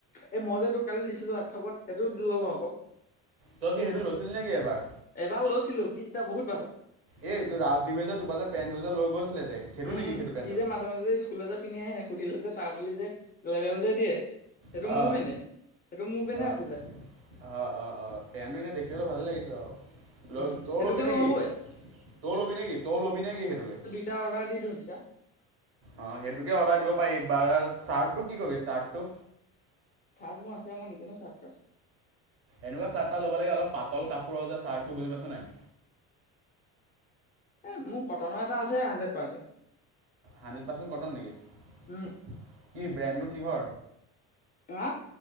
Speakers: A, on the left (about 30°); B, on the right (about 40°).
A: এই মই যে তোক কালি দিছিলো হোৱাটছআপত সেইটো লৈ ল‌ও আক।
B: তই কি সেইটো লৈছিলি নেকি এবাৰ?
A: এবাৰ লৈছিলো বিদ্যা বহুত ভাল।
B: এ ৰাজদ্বীপে যে তোৰ পা যে পেণ্টটো যে লৈ গৈছিলে যে সেইটো
A: উম,
B: নেকি সেইটো পেণ্ট?
A: সি যে মাজে মাজে যে স্কুললে যে পিন্ধি আহে সুধিলে যে তাৰ বুলি যে লেবেল যে দিয়ে। সেইটো
B: অ',
A: মোৰ পেনে সেইটো মোৰ পেনে
B: অ'।
A: আছিলে
B: অ'- অ'-অ' পেণ্টটো এনে দেখিবলে ভালে লাগিছে বাৰু।
A: উম,
B: তয়ো
A: সেইটোকে
B: ল'বি নেকি
A: ল'বই।
B: তয়ো ল'বি নেকি তয়ো ল'বি নেকি সেইটোকে?
A: এতিয়া অৰ্ডাৰ দি দিওঁ তেতিয়া।
B: অ' সেইটোকে অৰ্ডাৰ দিব পাৰি বা চাৰ্টটো কি কৰিবি চাৰ্টটো?
A: চাৰ্ট মোৰ আছে ম‌ই নিকিনো চাৰ্ট টাৰ্ট।
B: এনেকুৱা চাৰ্ট এটা লব লাগে অলপ পাতল কাপোৰৰ যে চাৰ্টটো বুজি পাইছ নাই?
A: এ মোৰ কটনৰ এটা আছে hundred percent.
B: Hundred percent cotton নেকি
A: um,
B: কি ব্ৰেণ্ডটো কিহৰ?
A: হা?